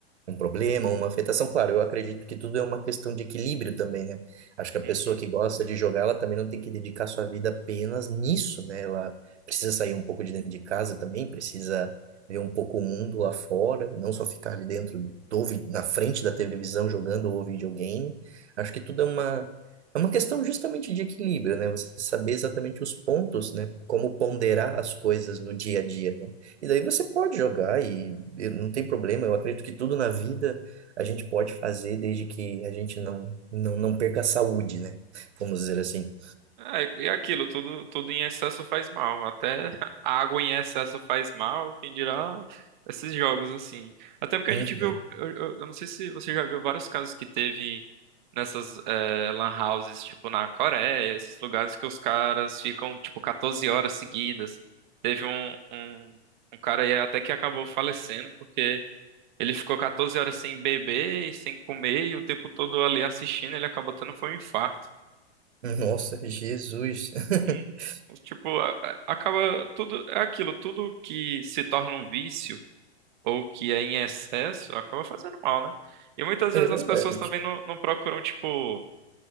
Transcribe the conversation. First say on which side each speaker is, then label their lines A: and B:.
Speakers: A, on the right (about 80°); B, on the right (about 45°).
A: um problema, uma afetação. Claro, eu acredito que tudo é uma questão de equilíbrio também, né? Acho que a
B: Uhum.
A: pessoa que gosta de jogar, ela também não tem que dedicar sua vida apenas nisso, né? Ela precisa sair um pouco de dentro de casa também, precisa ver um pouco o mundo lá fora, não só ficar ali dentro do, vi- na frente da televisão jogando o videogame. Acho que tudo é uma É uma questão justamente de equilíbrio, né? Você saber exatamente os pontos, né? Como ponderar as coisas no dia a dia, né? E daí você pode jogar e, e não tem problema. Eu acredito que tudo na vida a gente pode fazer desde que a gente não não, não perca a saúde, né? Vamos dizer assim.
B: É, e aquilo, tudo, tudo em excesso faz mal. Até <laughs> a água em excesso faz mal, quem dirá esses jogos assim. Até porque
A: Uhum.
B: a gente viu, eu, eu- eu não sei se você já viu vários casos que teve nessas eh, lan houses, tipo na Coreia, esses lugares que os caras ficam, tipo, 14 horas seguidas. Teve um, um, um cara aí até que acabou falecendo, porque ele ficou 14 horas sem beber e sem comer, e o tempo todo ali assistindo, ele acabou tendo foi um infarto.
A: Uhum. Nossa, Jesus.
B: Hum,
A: <laughs>
B: Tipo, a- a- acaba tudo, é aquilo, tudo que se torna um vício ou que é em excesso acaba fazendo mal, né? E muitas
A: É
B: vezes
A: verdade.
B: as pessoas também não, não procuram, tipo,